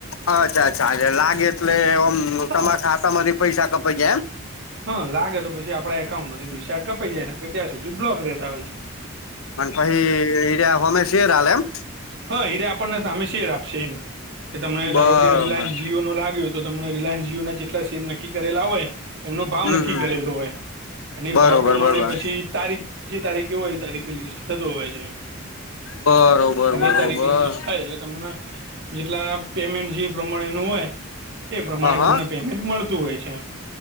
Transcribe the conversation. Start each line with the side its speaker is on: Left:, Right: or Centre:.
Left: અચ્છા અચ્છા એલે લાગે એટલે ઓમ
Right: હા
Left: તમારા ખાતામાંથી પૈસા કપાઈ જાય એમ
Right: હા લાગે તો પછી આપડા એકાઉન્ટમાંથી પૈસા કપાઈ જાયને કે ત્યાં સુધી બ્લોક રહેતા હોય છે.
Left: અને પહિ ઇ રિયા શેર આલે એમ.
Right: હા એરે આપણને સામે છે જ આપશે એમ. કે તમ
Left: બરોબર
Right: ધારો કે રિલાયન્સ જીઓ નો લાગ્યો તો તમને રિલાયન્સ જીઓ ના જેટલા શેર નક્કી કરેલા હોય. એમનો ભાવ
Left: હમ
Right: નક્કી
Left: હમ
Right: કરેલો હોય અને
Left: બરોબર
Right: ભાવ પ્રમાણે
Left: બરોબર
Right: પછી તારીખ જે તારીખ એ હોય ત લિસ્ટ થતો હોય છે એમ.
Left: બરોબર
Right: એની
Left: બરોબર
Right: તારીખે લિસ્ટ થાય એટલે તમને જેટલા પેમેન્ટ જે. પ્રમાણેનું હોય એ પ્રમાણે
Left: હ હા હા
Right: તમને પેમેન્ટ મળતું હોય છે એમ.